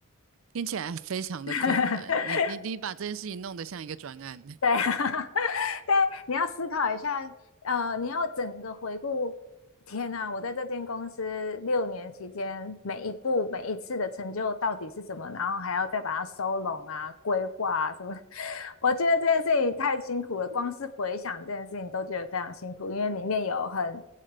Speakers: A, on the right; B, on the left.
A: 听起来非常的困难，
B: <laughs>
A: 你你你把这件事情弄得像一个专案
B: <laughs> 对啊，<laughs> 但你要思考一下，呃，你要整个回顾。天呐，我在这间公司六年期间，每一步每一次的成就到底是什么？然后还要再把它收拢啊、规划啊什么。<laughs> 我觉得这件事情太辛苦了，光是回想这件事情都觉得非常辛苦，因为里面有很